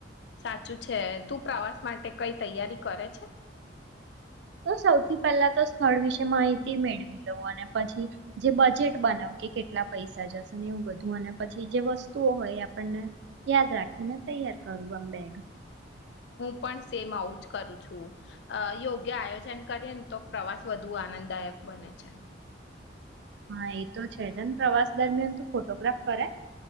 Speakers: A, on the left; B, on the right.
A: સાચું છે તું પ્રવાસ માટે કઈ તૈયારી કરે છે?
B: તો સૌથી પહેલા તો સ્થળ વિશે માહિતી મેળવી લઉવ અને પછી, જે બજેટ બનાવ કે કેટલા પૈસા જશે ને એવું બધું અને પછી જે વસ્તુઓ હોય એ આપણને યાદ રાખીને તૈયાર કરું આમ બેગ.
A: હું પણ સેમ આવું જ કરું છું, યોગ્ય આયોજન કરીએ ને તો પ્રવાસ વધુ આનંદદાયક બને છે.
B: હા એ તો છે જ ને પ્રવાસ દરમિયાન તું ફોટોગ્રાફ કરે?